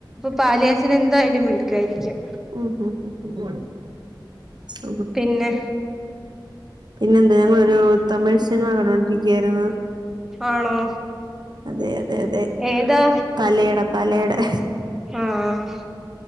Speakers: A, in the centre; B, on the right.
A: പാല് കാച്ചിന് എന്തായാലും വിളിക്കുവായിരിക്കും
B: ഉം ഉം ഉം
A: പിന്നെ
B: പിന്നെ എന്താ ഞങ്ങളൊരു തമിഴ് സിനിമ കണ്ടോണ്ടിരി ക്കാരുന്നു
A: ആണോ
B: അതെ അ അതെ അതെ
A: ഏതാ
B: തലേടം പലേടെ
A: ആഹ്